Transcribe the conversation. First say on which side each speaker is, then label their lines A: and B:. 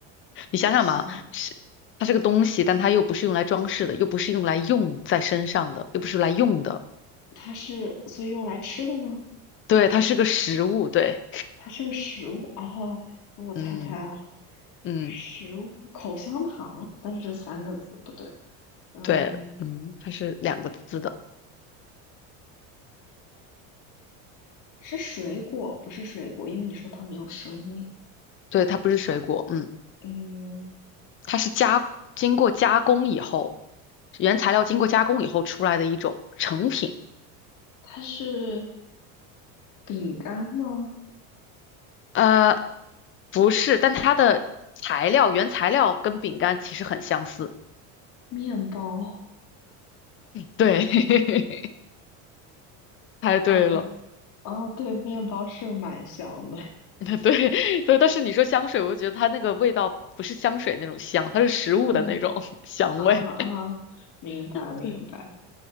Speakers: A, on the left; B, on the left.
A: 你想想嘛，
B: 有香，
A: 是它是个东西，但它又不是用来装饰的，又不是用来用在身上的，又不是来用的。
B: 它是所以用来吃的吗？
A: 对，它是个食物。对，
B: 它是个食物哦，我猜猜啊，
A: 嗯嗯，
B: 食物口香糖，但是这三个字不对。嗯，
A: 对，嗯，它是两个字的。
B: 是水果，不是水果，因为你说它没有生命。
A: 对，它不是水果。嗯，
B: 嗯，
A: 它是加经过加工以后，原材料经过加工以后出来的一种成品。
B: 它是饼干吗？
A: 呃，不是，但它的材料原材料跟饼干其实很相似。
B: 面包
A: 对，<laughs> 猜对了，
B: 啊？哦哦，对，面包是蛮香的。<laughs>
A: <laughs> 对对，但是你说香水，我就觉得它那个味道不是香水那种香，它是食物的那种
B: 嗯
A: <laughs> 香味。
B: 啊啊，明白明白。
A: 对，